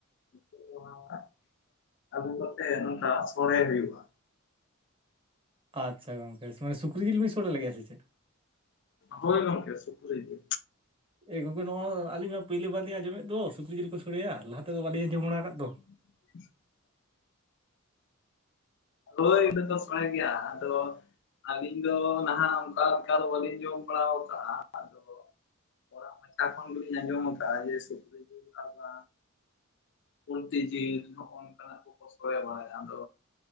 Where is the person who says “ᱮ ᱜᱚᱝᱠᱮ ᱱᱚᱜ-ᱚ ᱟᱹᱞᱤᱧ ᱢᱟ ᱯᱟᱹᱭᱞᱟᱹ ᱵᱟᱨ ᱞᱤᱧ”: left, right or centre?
Right